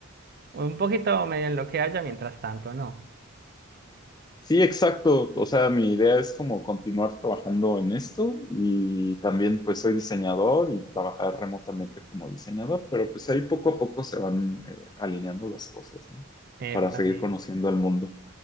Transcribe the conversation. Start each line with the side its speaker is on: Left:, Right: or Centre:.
Right: Un poquito medio en lo que haya, mientras tanto, no.
Left: Sí, exacto. O sea, mi idea es como continuar trabajando en esto y también pues soy diseñador y trabajar remotamente como diseñador, pero pues ahí poco a poco se van eh, alineando las cosas, ¿no?
Right: Eh,
Left: Para
Right: pues
Left: seguir
Right: sí
Left: conociendo el mundo.